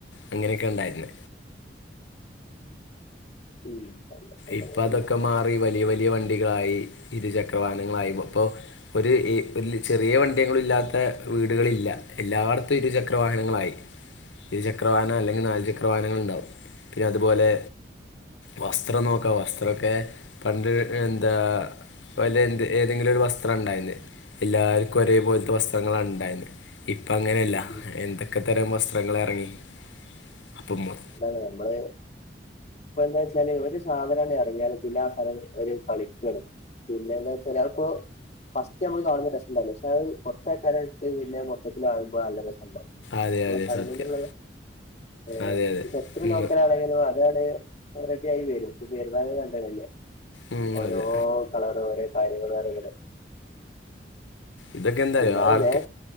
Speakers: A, on the left; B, on the left.
A: അങ്ങനെയൊക്കെ ണ്ടായിരുന്ന
B: ഉം അങ്ങനെ തന്നെ
A: ഇപ്പ അതൊക്കെ
B: ഉം
A: മാറി വലിയ വലിയ വണ്ടികളായി ഇരുചക്രവാഹങ്ങളായി അപ്പോ ഒരുഈ ഒരു ചെറിയ വണ്ടിയില്ലാത്ത വീടുകളില്ല എല്ലായിടത്തും ഇരു ചക്രവാഹനങ്ങളായി ഇരു ചക്രവാഹനം അല്ലെങ്കിൽ നാല് ചക്രവാഹനങ്ങൾണ്ടാവും പിന്നെ അതുപോലെ വസ്ത്രം നോക്കാം വസ്ത്രമൊക്കെ പണ്ട് എന്താ അപ്പോ അല്ല എന്ത് ഏതെങ്കിലും ഒരു വസ്ത്രം ഉണ്ടായിരുന്നു എല്ലാവർക്കും ഒരേപോലത്തെ വസ്ത്രങ്ങളാണ് ഉണ്ടായിരുന്നത് ഇപ്പ അങ്ങനെയല്ല
B: ഉം ഉം
A: എന്തൊക്കെ തരം വസ്ത്രങ്ങൾ ഇറങ്ങി അപ്പം മം
B: അതാണ് നമ്മള് ഇപ്പ എന്താ ഒരു സാധനണ ഇറങ്ങിയാറ് പിന്ന ആ സാധനം കളിക്കാണ് പിന്നെന്താ വച്ചാല് അപ്പൊ ഫസ്റ്റ് നമ്മള് കാണുമ്പോ രസംഇണ്ടാവില്ല പക്ഷെ അത് കുറച്ച ആൾക്കാരായിട്ട് പിന്നെ മൊത്തത്തി ആകുമ്പോൾ നല്ല രസംണ്ടാവും
A: അതെ
B: നമ്മടെ
A: അതെ
B: കണ്ണീനുള്ളത്
A: സത്യം
B: ഏ
A: അതെ അതെ
B: ഇപ്പ എത്ര
A: ഉം.
B: ലോക്കലാണെങ്കിലും അതാണ് റെഡി ആയി വരും ഇപ്പൊ പേരുന്നാളിനും കണ്ടതല്ലേ
A: ഉം,
B: ഓരോ
A: അതെ
B: കളർ ഓരോ കാര്യങ്ങള ആണങ്ങനെ
A: ഇതൊക്കെ എന്തായും
B: പിന്നെ അത്
A: ആൾക്ക്
B: വേ